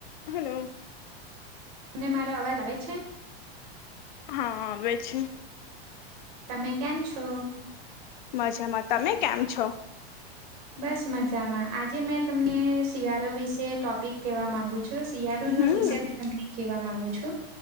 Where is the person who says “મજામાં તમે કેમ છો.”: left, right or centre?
Left